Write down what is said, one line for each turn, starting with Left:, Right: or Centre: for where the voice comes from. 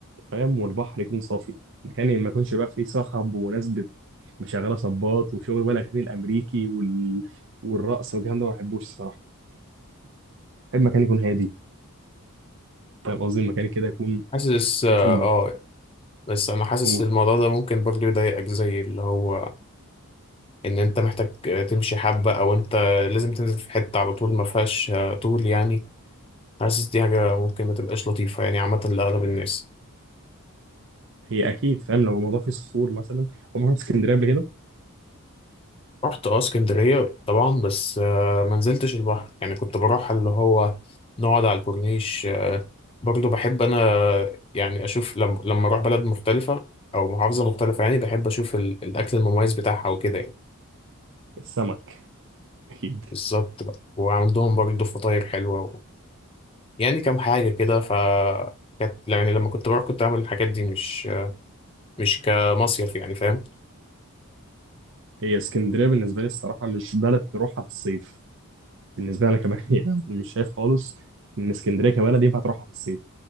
Right: فاهم والبحر يكون صافي مكان ما يكونش بقى فيه صخب وناس بت- مشغله صباط وشغل بقى الاغاني الامريكي وال... والرقص والكلام ده ما بحبوش الصراحه بحب مكان يكون هادي فاهم قصدي المكان كده يكون
Left: حاسس اه
Right: مثلا ب-
Left: آه، بس انا حاسس
Right: أو-
Left: ان الموضوع ده ممكن برضه يضايقك زي اللي هو ان انت محتاج تمشي حبة او انت لازم تنزل في حتة على طول ما فيهاش آه، طول يعني حاسس دي حاجة ممكن ما تبقاش لطيفة يعني عامة لأغلب الناس
Right: هي اكيد فاهم لو الموضوع فيه صخور مثلا عمرك رحت اسكندريه قبل كده
Left: رحت اه اسكندرية طبعا بس آه، ما نزلتش البحر يعني كنت بروح اللي هو نقعد على الكورنيش آه، برضه بحب انا يعني اشوف لما لما اروح بلد مختلفة او محافظة مختلفة يعني بحب اشوف ال- الاكل المميز بتاعها وكده يعني
Right: السمك اكيد
Left: بالظبط بقى وعندهم برضه فطاير حلوة يعني كام حاجة كده ف كانت يعني لما كنت بروح كنت أعمل الحاجات دي مش مش كمصيف يعني فاهم
Right: هي اسكندريه بالنسبه لي الصراحه مش بلد تروحها في الصيف بالنسبه لي انا كمان <laughs> يعني مش شايف خالص ان اسكندريه كبلد ينفع تروحها في الصيف